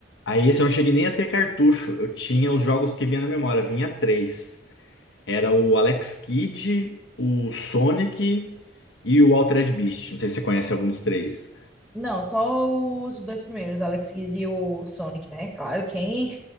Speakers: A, on the left; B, in the centre.
A: Aí esse eu não cheguei nem a ter cartucho, eu tinha os jogos que vinha na memória, vinha três. Era o Alex Kidd, o Sonic e o Altered Beast, não sei se você conhece algum dos três.
B: Não, só os dois primeiros, Alex Kidd e o Sonic, né? Claro, quem